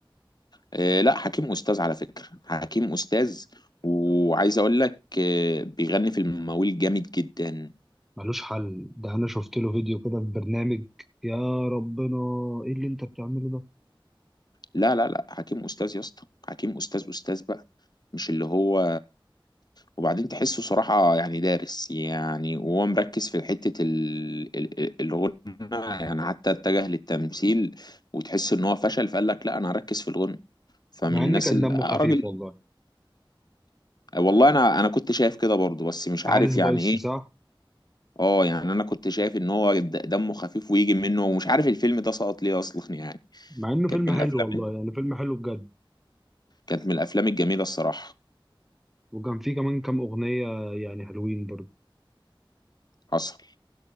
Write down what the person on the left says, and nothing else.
إيه لا حكيم استاذ على فكره حكيم استاذ وعايز اقول لك إيه، بيغني في المواويل جامد جدا
لا لا لا حكيم استاذ يا اسطى حكيم استاذ استاذ بقى مش اللي هو وبعدين تحسه صراحة يعني دارس يعني وهو مركز في حتة ال... ال... الغنى يعني حتى اتجه للتمثيل وتحس ان هو فشل فقال لك لا انا هركز في الغنى فمن
الناس
ال...
آه،
راجل
والله انا انا كنت شايف كده برضه بس مش
عارف
يعني ايه
اه يعني انا كنت شايف ان هو د- دمه خفيف ويجي منه ومش عارف الفيلم ده سقط ليه اصلا يعني
كانت من
الافلام
كانت من الافلام الجميلة الصراحة
حصل